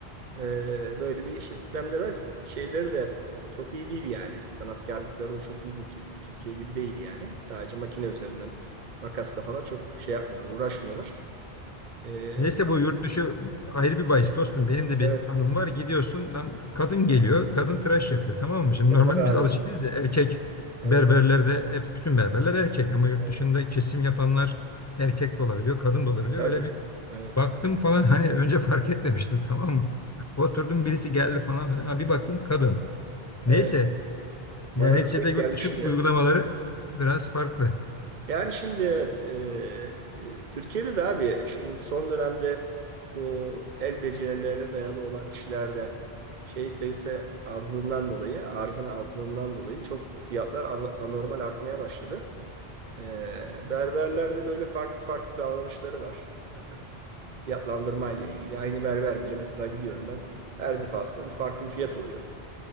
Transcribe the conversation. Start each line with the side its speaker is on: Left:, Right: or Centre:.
Right: Ee, böyle bir işte sistemleri var. Biz- Şeyleri de çok iyi değil yani. Sanatkarlıkları da çok iyi değil. Tür- Türkiye gibi değil yani. Sadece makine üzerinden makasla falan çok şey yapmıyorlar, uğraşmıyorlar. Ee,
Left: Neyse bu yurt dışı ayrı bir bahis dostum. Benim de bir
Right: evet
Left: anım var. Gidiyorsun lan kadın geliyor. Kadın tıraş yapıyor tamam mı? Şimdi
Right: yapar
Left: normalde biz
Right: abi.
Left: alışık değiliz ya erkek
Right: Evet,
Left: berberlerde hep bütün berberler erkek ama yurt
Right: evet
Left: dışında kesim yapanlar erkek de olabiliyor, kadın da olabiliyor.
Right: tabii.
Left: Böyle bir
Right: Evet.
Left: baktım falan hani önce fark etmemiştim tamam mı? Oturdum birisi geldi falan filan. Ha, bir baktım kadın. Neyse
Right: Evet. Bana
Left: Yani
Right: da
Left: neticede
Right: denk
Left: yurt
Right: gelmişti.
Left: dışı uygulamaları biraz farklı.
Right: Yani şimdi evet e, e, Türkiye'de de abi şimdi son dönemde bu el becerilerine dayalı olan işlerde şey sayısı azlığından dolayı arzın azlığından dolayı çok fiyatlar ano- anormal artmaya başladı. E, berberlerde böyle farklı farklı davranışları var. Mesela fiyatlandırma ile ilgili aynı berber bile mesela gidiyorum ben her defasında bir farklı bir fiyat oluyor.